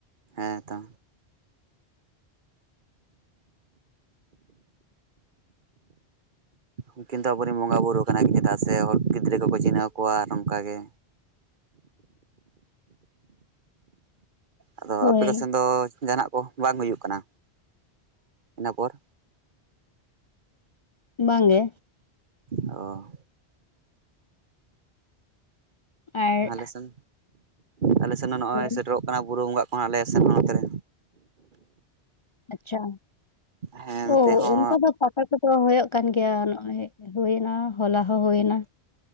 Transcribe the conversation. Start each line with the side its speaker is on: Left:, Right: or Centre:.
Right: ᱦᱮᱸ ᱛᱚ᱾ ᱩᱱᱠᱤᱱ ᱫᱚ ᱟᱵᱚᱨᱮᱱ ᱵᱚᱸᱜᱟ ᱵᱩᱨᱩ ᱠᱟᱱᱟ ᱪᱮᱫᱟᱜ ᱥᱮ ᱦᱚᱲ ᱜᱤᱫᱽᱨᱟᱹ ᱠᱚᱠᱚ ᱪᱤᱱᱦᱟᱹᱣ ᱠᱚᱣᱟ ᱟᱨ ᱟᱝᱠᱟᱜᱮ ᱟᱫᱚ
Left: ᱦᱳᱭ
Right: ᱟᱯᱮ ᱥᱮᱱ ᱫᱚ ᱡᱟᱦᱟᱱᱟᱜ ᱠᱚ ᱵᱟᱝ ᱦᱩᱭᱩᱜ ᱠᱟᱱᱟ ᱤᱱᱟᱹ ᱯᱚᱨ?
Left: ᱵᱟᱝᱜᱮ᱾
Right: ᱚ
Left: ᱟᱨ
Right: ᱟᱞᱮᱥᱮᱱ ᱟᱞᱮ ᱥᱮᱱ ᱫᱚ ᱱᱚᱜᱼᱚᱭ
Left: ᱦᱳᱭ
Right: ᱥᱮᱴᱮᱨᱚᱜ ᱠᱟᱱᱟ ᱵᱩᱨᱩ ᱵᱚᱸᱜᱟᱜ ᱠᱟᱱᱟᱞᱮ ᱟᱞᱮ ᱥᱮᱱ ᱠᱚᱠᱷ ᱛᱮ ᱨᱮ
Left: ᱟᱪᱪᱷᱟ
Right: ᱦᱮᱸ
Left: ᱚ
Right: ᱱᱚᱛᱮ ᱦᱚᱸ
Left: ᱚᱱᱠᱟ ᱫᱚ ᱯᱟᱛ ᱦᱚᱭ ᱠᱚᱫᱚ ᱦᱚᱭᱚᱜ ᱠᱟᱱ ᱜᱮᱭᱟ ᱱᱚᱜᱚᱭ ᱦᱩᱭᱮᱱᱟ ᱦᱚᱞᱟ ᱦᱚᱸ ᱦᱩᱭᱮᱱᱟ